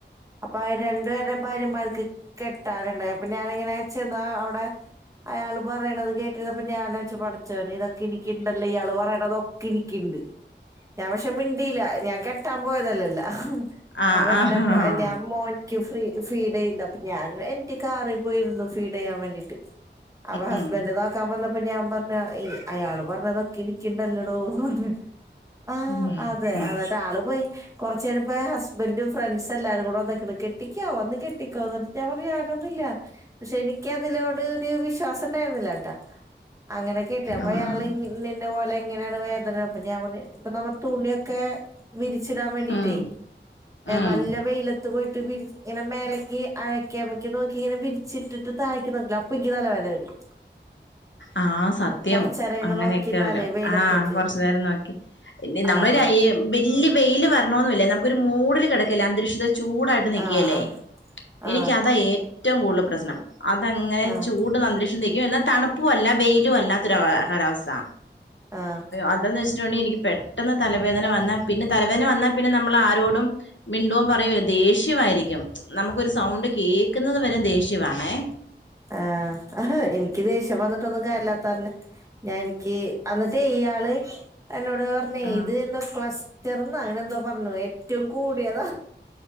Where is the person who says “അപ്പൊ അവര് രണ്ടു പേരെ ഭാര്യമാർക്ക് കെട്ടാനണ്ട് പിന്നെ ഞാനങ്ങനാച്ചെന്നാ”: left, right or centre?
Right